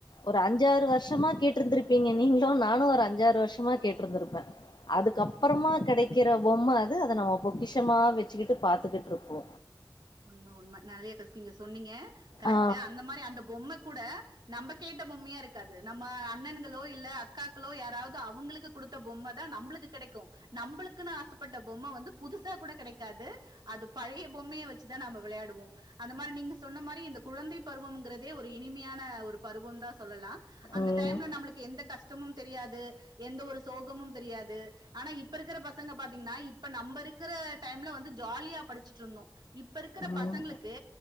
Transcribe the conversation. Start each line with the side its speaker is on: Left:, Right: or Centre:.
Left: ஒரு அஞ்சாறு வருஷமா கேட்டிருந்திருப்பீங்க நீங்களு நானு ஒரு அஞ்சாறு வருஷமா கேட்ருந்திருப்பே அதுக்கப்புறமா கடைக்கிற பொம்ம அது அத நம்ம பொக்கிஷமா வச்சுக்கிட்டு பாத்துகிட்டுருப்போ
Right: உண்ம உண்ம நறையா தஸ் நீங்க சொன்னீங்க கரெக்ட்டு
Left: ஆ
Right: அந்த மாரி அந்த பொம்ம கூட நம்ம கேட்ட பொம்மையா இருக்காது நம்ம அண்ணன்களோ இல்ல அக்காக்களோ யாராவது அவங்களுக்கு கொடுத்த பொம்ம தா நம்ளுக்கு கடைக்கு நம்ளுக்குன்னு ஆசப்பட்ட பொம்ம வந்து புதுசா கூட கடைக் க்காது அது பழைய பொம்மைய வச் சி தா நாம விளையாடுவோ அந்த மாரி நீங்க சொன்ன மாரி இந்த குழந்தை பருவம்ங்கிறதே ஒரு இனிமையான ஒரு பருவம் தா சொல்லலா அந்த
Left: ம்
Right: டைம்ல நம்மளுக்கு எந்த கஷ்டமும் தெரியாது எந்த ஒரு சோகமும் தெரியாது ஆனா இப்ப இருக்கிற பசங்க பாத்தீங்கன்னா இப்ப நம்ம இருக்கிற டைம்ல வந்து ஜாலியா படிச்சுட்டு இருந்தோ இப்ப இருக்கிற
Left: ம்
Right: பசங்களுக்கு